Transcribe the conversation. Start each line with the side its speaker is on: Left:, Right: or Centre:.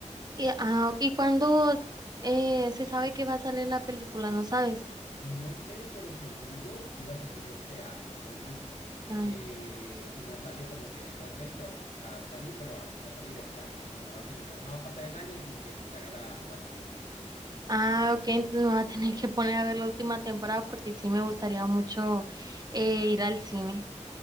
Right: Y, ah, ¿y cuándo eh, se sabe que va a salir la película? ¿No sabes?
Left: No sé, pero según yo iba a salir este año. Entonces,
Right: Ah,
Left: eh, si no sale como que en estas fechas, va a salir, pero va, va a salir este año. Pues no va a terminar, no va a pasar el año sin que te haga la, la película.
Right: ah, ok, entonces me va a tener que poner a ver la última temporada porque sí me gustaría mucho eh, ir al cine.